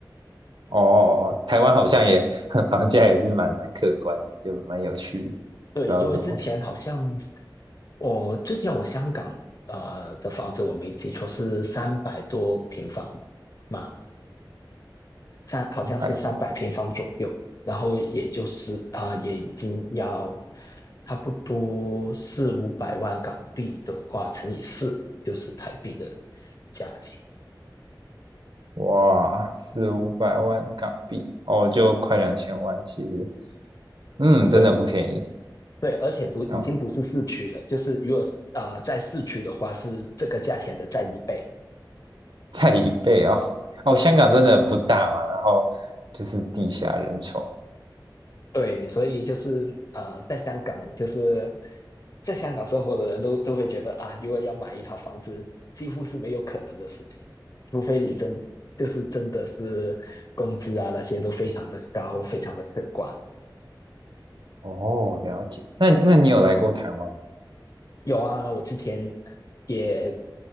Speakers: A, on the right; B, on the left.
A: 哦哦哦，台湾好像也 <laughs> 房价也是蛮蛮可观的，就蛮有趣，
B: 对，
A: 不知道什么
B: 因为之前好像我之前我香港呃的房子我没记错是三百多平方嘛，三好像是三百平方左右，
A: 三百多，
B: 然后也就是啊、呃也已经要差不多四五百万港币的话，乘以四就是台币的价钱。
A: 哇，四五百万港币，哦，就快两千万，其实，嗯，真的不便宜
B: 对对，而且不已经不是市区了，
A: 哦，
B: 就是如果啊、呃在市区的话是这个价钱的再一倍。
A: 再一倍哦，<laughs> 哦，
B: 对，
A: 香港真的不大嘛，然后就是地下人稠，
B: 对，所以就是呃，在香港，就是在香港生活的人都都会觉得啊，如果要买一套房子，几乎是没有可能的事情，除非你真就是真的是工资啊那些都非常的高，非常的可观。
A: 哦，了解，那那你有来过台湾吗？
B: 有啊，我之前也